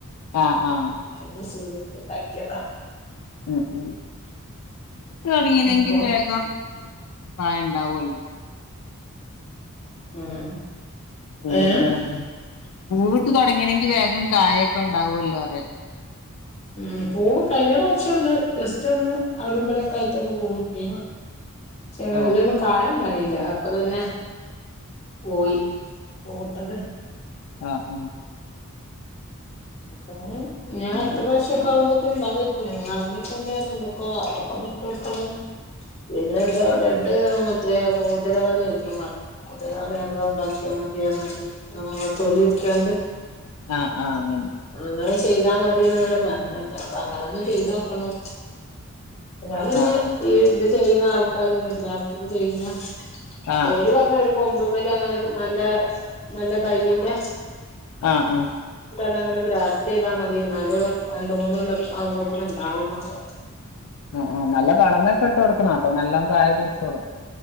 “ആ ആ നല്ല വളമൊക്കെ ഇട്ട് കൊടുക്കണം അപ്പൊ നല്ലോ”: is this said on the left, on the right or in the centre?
Left